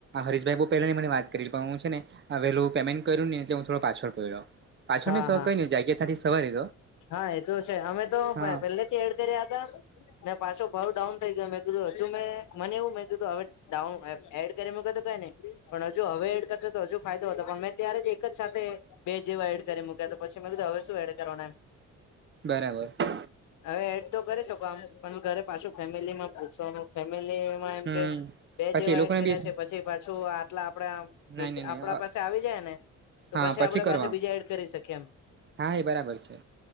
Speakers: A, on the right; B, on the left.
A: હરીશભાઈ બહુ પહેલાની મને વાત કરી હું છે ને આવેલું પેમેન્ટ કર્યું નહી, એટલે હું થો પાછળ પડ્યો. પાછળ
B: હા
A: મે
B: હા
A: ક જગ્યા થી સવારે
B: હા એ તો છે અમે તો
A: હા
B: પેલેથી એડ કર્યા હતા ને પાછો ભાવ ડાઉન થઈ ગયો મેં કીધું હજુ મેં મને એવું મેં કીધું હ ડાઉન એડ કરી મક તો કઈ નહી. પણ હજુ હવે એડ કરતો તો, હજુ ફાયદો હતો. પણ મેં ત્યારે જ એક જ સાથે બે જેવો એડ કરી મૂક્યા તો. પછી મેં કીધું હવે શું એડ કરવાના એમ
A: બરાબર
B: હવે એડ તો કરી શકો આમ પણ ઘરે પાછું, ફેમિલીમાં પૂછવાનું ફેમિલીમાં એમ
A: હમ
B: કે બે
A: પછી
B: જેવ
A: એ
B: એડ
A: લોકોને
B: કર્યા
A: બી
B: છે. પછી પાછું આટલા આપણેે
A: નાઈ નઈ નહી
B: આપણા પાસે આવી જાય ને તો
A: હા
B: પછી આપડે
A: કરવા
B: પાછા બીજા એડ કરી શકીએ એમ
A: હા! એ બરાબર છે.